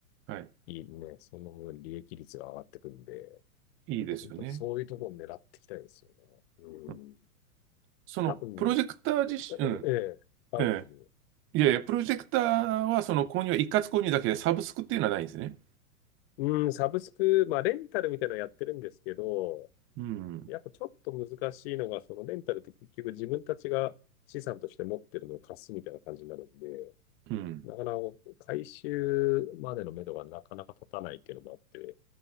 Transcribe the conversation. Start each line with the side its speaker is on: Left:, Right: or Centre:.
Right: はい。
Left: いいね。その分利益率が上がってくるんで、
Right: いいですよね。
Left: やっぱ本当にそういうところを狙っていきたいですよね。うん。
Right: うんその、
Left: 多分、
Right: プロジェクター自身、うん、
Left: ええ、ある、
Right: え
Left: どう
Right: え、いやいや、プロジェクターはその購入は一括購入だけで、サブスクっていうのはないんですね。
Left: うん、うん、サブスク、まあ、レンタルみたいなのやってるんですけど、
Right: うん、
Left: やっぱちょっと難しいのが、そのレンタルって結局自分たちが資産として持ってるのを貸すみたいな感じになるんで、
Right: うん。
Left: なかなか回収までの目処がなかなか立たないっていうのもあって、